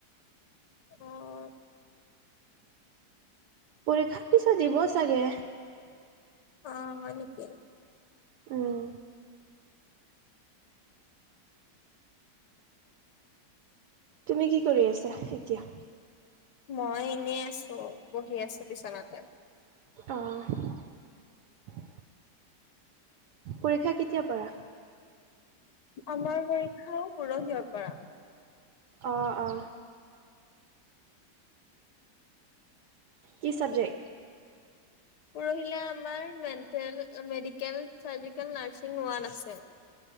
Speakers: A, on the left; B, on the right.
A: অঁ।
B: পৰীক্ষাৰ পিছত দিব চাগে।
A: অঁ হয় নেকি।
B: উম। তুমি কি কৰি আছা এতিয়া?
A: মই এনেই আছো বহি আছো বিচনাতে।
B: অহ, পৰীক্ষা কেতিয়া পৰা?
A: আমাৰ পৰীক্ষাও পৰহিয় পৰা।
B: অ অ। কি চাবজেক্ট।
A: পৰহিলা আমাৰ মেটেল মেডিকেল চাৰজিকেল নাৰছিং হোৱা নাছিল।